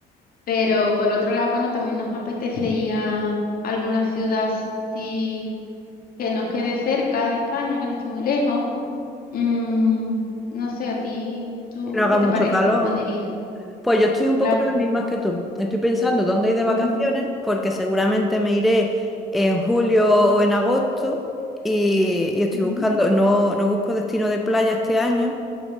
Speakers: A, on the left; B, in the centre.
A: pero por otro lado, bueno, también nos apetecía alguna ciudad así que nos quede cerca de España, que no esté muy lejos. Mm, no sé, a ti, ¿tú
B: que no haga
A: qué te
B: mucho
A: parece?
B: calor.
A: ¿Dónde irías?
B: Pues yo estoy un
A: Claro.
B: poco en las mismas que tú. Estoy pensando dónde ir de vacaciones
A: ujú.
B: porque seguramente me iré en julio o en agosto y, y estoy
A: Ujú,
B: buscando, no, no busco destino de playa este año